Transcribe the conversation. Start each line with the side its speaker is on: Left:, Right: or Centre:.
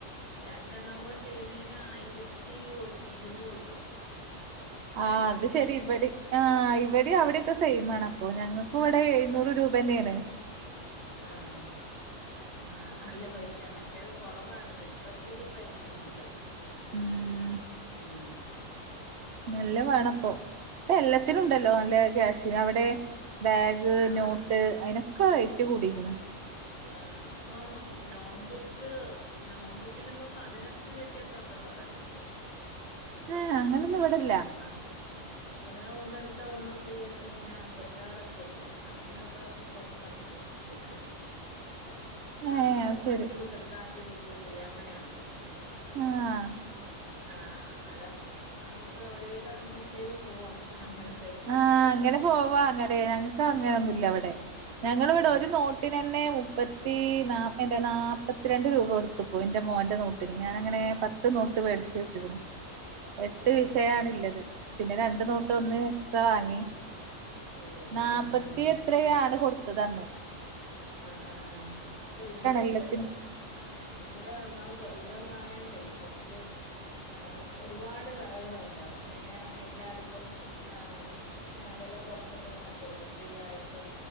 Left: രണ്ടെണ്ണം കൂടെ ചെയ്യുന്നേന് ആയിരത്തി ഒരു ഇരുന്നൂറ് രൂപ.
Right: ആ
Left: രണ്ടുടുപ്പും
Right: അത് ശരി
Left: രണ്ട്
Right: ഇവെടിം ആഹ് ഇവെടിം അവിടിയൊക്കെ സെയി ആണ് അപ്പൊ ഞങ്ങക്ക് ഇവിടെ
Left: ആഹ്
Right: എഴുന്നൂറ് രൂപന്നേണ്.
Left: ആഹ് ആഹ് നല്ല പൈസെ മറ്റേത് കൊറവായിര്ന്ന്. ഇപ്പച്ചിരി പൈസ ഉണ്ട്
Right: ഉം
Left: ഉം
Right: നല്ല വാണപ്പൊ ഇപ്പ എല്ലത്തിനും
Left: പാടാ
Right: ഉണ്ടല്ലോ നല്ല ക്യാഷ്. അവിടെ ബാഗ്
Left: ആഹ്
Right: നോട്ട് അയിനൊ ക്കെ റേറ്റ് കൂടിക്ക്ണ്.
Left: റേറ്റാ ഇപ്പം നോട്ട്ബുക്ക് നോട്ട്ബുക്കിന്പ്പം പതിനെ ട്ട് രൂപക്കോക്കെ ഉണ്ടന്ന് പറയുന്ന കേട്ടു. ആഹ്
Right: ഏഹ് അങ്ങനൊന്നും
Left: ച്ചേ അത്യാവ്ശ്യം
Right: ഇവിടില്ല
Left: ആഹ് ഇവിടെ ഒന്നെടുത്താ ഒന്ന് ഫ്രീ ആയിട്ട് ഇങ്ങനെ ബസ്സാറൊക്കെ ഉണ്ട് അതിലൊക്കെ കുറച്ച് നമുക്ക് കിട്ടും ആഹ്
Right: ഏഹ് ശരി
Left: അഞ്ച് ബുക്കടുത്താ അഞ്ച്ബു ക്ക്‌ ഫ്രീ അങ്ങനെയുണ്ട്
Right: ആഹ്
Left: ആഹ് അന്നേരം നമുക്ക് ഒരുവിധം അഡ്ജസ്റ്റ് ചെയ്ത് പോവാ അങ്ങനെ
Right: ആഹ് അങ്ങനെ പോവാ അങ്ങലെ ഞങ്ങക്ക് അങ്ങനെ
Left: ആ
Right: ഒന്നുല്ല ഇവിടെ ഞങ്ങള് ഇവടെ
Left: ഇല്ല
Right: ഒരു നോ ട്ടിനന്നെ മുപ്പത്തി നാ എന്റെ നാൽപ്പത്തിരണ്ട് രൂപ കൊടുത്തപ്പോ എൻ്റെ മോൻ്റെ നോട്ടിന് ഞാനങ്ങനെ പ ത്ത് നോട്ട് വേടിച്ച് വെച്ചിരുന്നു എട്ട്
Left: ഓ
Right: വിഷയാണ്ല്ലത്
Left: ഓ, ഓ,
Right: പിന്നെ രണ്ട് നോട്ട്
Left: ഉള്ളത്
Right: ഒന്നിന് എസ്ട്രാ വാങ്ങി.
Left: മേടിച്ചു
Right: നാപ്പത്തി
Left: ഉം ഉം
Right: എത്രയാ ആണ് കൊടുത്തതന്ന്
Left: ആഹ് ആഹ് ഇപ്പ ഇവിടെക്കചി
Right: എല്ലത്തിനും
Left: ആഹ് ഇവിടെ നമ്മളെ കൊല്ലം മയണ്ടേ കൊർച്ച് ആഹ് ഒരുപാട് കടകളുണ്ട് അപ്പം പിന്നെ എല്ലാടത്തും ആഹ് ഇങ്ങനെ വില കുറച്ചൊക്കെ ഇങ്ങനെ കൊടുക്കും ഫ്രീ ആയിട്ടും